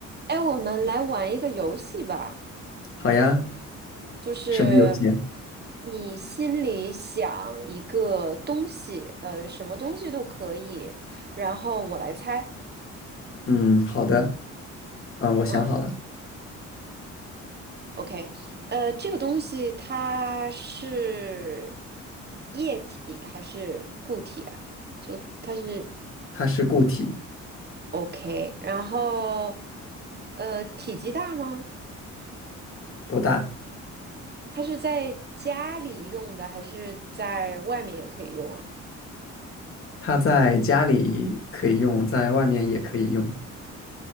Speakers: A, on the right (about 35°); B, on the left (about 45°).
A: 哎，我们来玩一个游戏吧，
B: 好呀，
A: 就是
B: 什么游戏？
A: 你心里想一个东西，呃，什么东西都可以，然后我来猜。
B: 嗯，好的，嗯，我想好了，
A: 嗯，OK，呃，这个东西它是液体还是固体啊？就它是
B: 它是固体，
A: OK，然后呃，体积大吗？
B: 不大，
A: 它是在家里用的还是在外面也可以用啊？
B: 它在家里可以用，在外面也可以用。